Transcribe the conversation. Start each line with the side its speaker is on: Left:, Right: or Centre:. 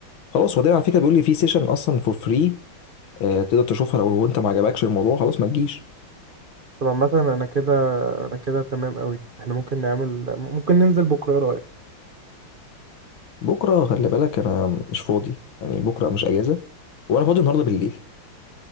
Left: خلاص وبعدين على فكره بيقول لي في سيشن اصلا فور فري تقدر تشوفها لو انت ما عجبكش الموضوع خلاص ما تجيش
Right: طب عامه انا كده انا كده تمام قوي احنا ممكن نعمل ممكن ننزل بكره ايه رايك
Left: بكره خلي بالك انا مش فاضي يعني بكره مش اجازه وانا فاضي النهارده بالليل